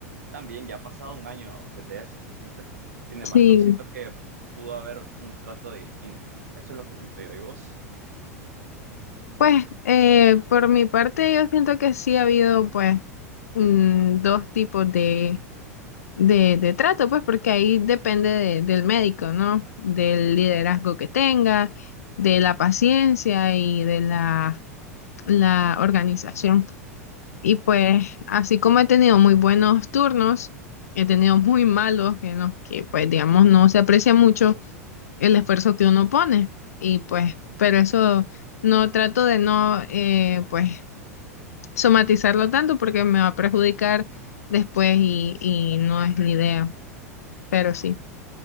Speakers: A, on the right (about 75°); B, on the left (about 70°).
A: también ya ha pasado un año desde eso, fíjate. Sin embargo,
B: Sí.
A: siento que pudo haber un trato distinto. Eso es lo que siento yo. ¿Y vos?
B: Pues eh, por mi parte yo siento que sí ha habido pues mm, dos tipos de, de, de trato, pues porque ahí depende de- del médico, ¿no? Del liderazgo que tenga, de la paciencia y de la, la organización. Y pues así como he tenido muy buenos turnos, he tenido muy malos en los que pues digamos no se aprecia mucho el esfuerzo que uno pone. Y pues, pero eso... No trato de no, eh, pues, somatizarlo tanto porque me va a perjudicar después y, y no es la idea, pero sí.